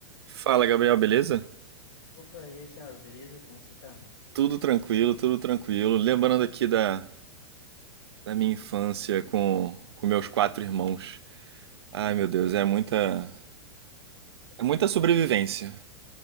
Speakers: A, on the right (about 80°); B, on the left (about 50°).
A: Fala, Gabriel, beleza?
B: Opa, e aí, senhora, beleza? Como você tá?
A: Tudo tranquilo, tudo tranquilo. Lembrando aqui da, da minha infância com, com meus quatro irmãos. Ai, meu Deus, é muita, é muita sobrevivência.